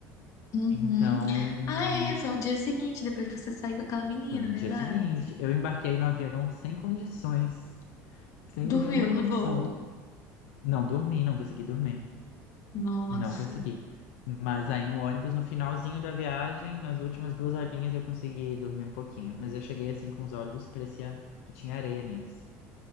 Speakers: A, on the left; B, on the left.
A: Uhum.
B: Então,
A: Ah, é, foi um dia seguinte, depois de você sair com aquela menina,
B: foi no
A: verdade?
B: dia seguinte. Eu embarquei no avião sem condições, sem nenhuma
A: Dormiu
B: condição.
A: no voo.
B: Não dormi, não consegui dormir.
A: Nossa.
B: Não consegui. Mas aí no ônibus, no finalzinho da viagem, nas últimas duas horinhas, eu consegui dormir um pouquinho. Mas eu cheguei assim com os olhos, parecia que tinha areia neles.